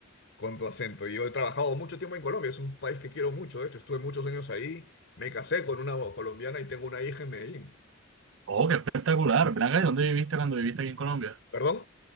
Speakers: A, on the left (about 65°); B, on the right (about 70°).
A: con tu acento. Y yo he trabajado mucho tiempo en Colombia, es un país que quiero mucho, de hecho, estuve muchos años ahí, me casé con una colombiana y tengo una hija en Medellín.
B: Oh, qué espectacular. Ven acá, ¿y dónde viviste cuando viviste aquí en Colombia?
A: Perdón,